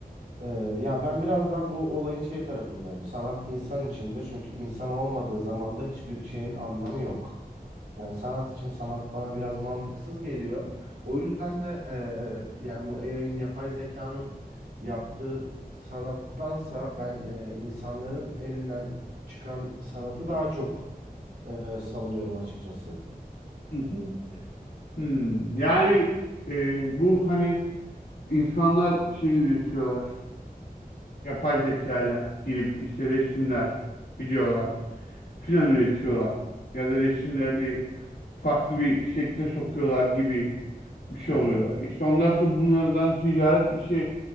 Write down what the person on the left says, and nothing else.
Hı hı. Hmm. Yani e, bu hani insanlar şey üretiyorlar. Yapay zekayla girip işte resimler, videolar filan üretiyorlar. Ya da resimlerini farklı bir şekle sokuyorlar gibi bir şey
oluyor. İşte ondan sonra bunlardan ticaret bir şey